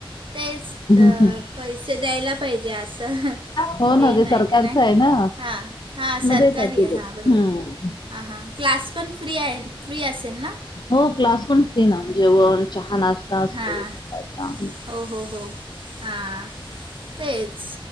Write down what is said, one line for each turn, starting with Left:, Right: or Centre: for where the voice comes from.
Right: तेच
Left: हम्म
Right: पैसे द्यायला पाहिजे असं.
Left: हो
Right: हे
Left: ना ते
Right: नाही
Left: सरकारच
Right: का नाही
Left: आहे ना
Right: हां हां सरकारी
Left: मध्ये येतात ते
Right: आहे
Left: लोक
Right: हां बरोबर
Left: हम्म.
Right: हां हां क्लास पण फ्री आहे फ्री असेल ना.
Left: हो क्लास पण फ्री ना जेवण चहा नाश्ता असतो
Right: हां
Left: सकाळचा.
Right: हो हो हो हां तेच.